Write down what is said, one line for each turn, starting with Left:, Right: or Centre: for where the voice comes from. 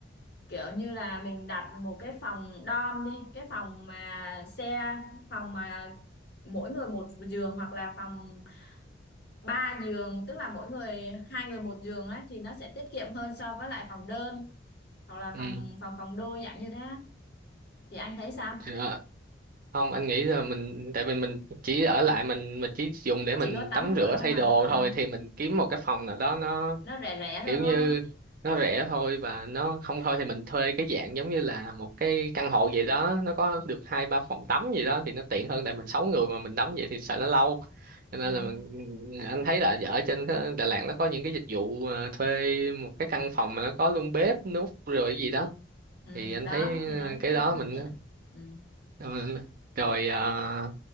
Left: kiểu như là mình đặt một cái phòng dorm đi cái phòng mà xe phòng mà mỗi người một giường hoặc là phòng ba giường tức là mỗi người hai người một giường ấy thì nó sẽ tiết kiệm hơn so với lại phòng đơn hoặc là
Right: ừ.
Left: phòng phòng phòng đôi dạng như thế á. thì anh thấy sao?
Right: Ờ, không anh nghĩ là mình tại vì mình chỉ ở lại mình mình chỉ dùng để mình
Left: chỉ có
Right: tắm
Left: tắm rửa
Right: rửa
Left: thôi
Right: thay
Left: mà
Right: đồ
Left: Ờ,
Right: thôi thì mình kiếm một cái phòng nào đó nó
Left: nó rẻ rẻ
Right: kiểu
Left: thôi đúng
Right: như
Left: không
Right: nó rẻ thôi và nó không thôi thì mình thuê cái dạng giống như là một cái căn hộ vậy đó nó có được hai ba phòng tắm gì đó thì nó tiện hơn tại mình sáu người mà mình tắm vậy thì sợ nó lâu cho
Left: ừ.
Right: nên là mình, anh thấy là ở trên cái Đà Lạt nó có những cái dịch vụ à, thuê một cái căn phòng mà nó có luôn bếp nút rồi gì đó
Left: ừ
Right: thì anh
Left: đó
Right: thấy à,
Left: thì đấy
Right: cái
Left: cái
Right: đó
Left: đấy nó
Right: mình
Left: tiện ừ.
Right: rồi, rồi à,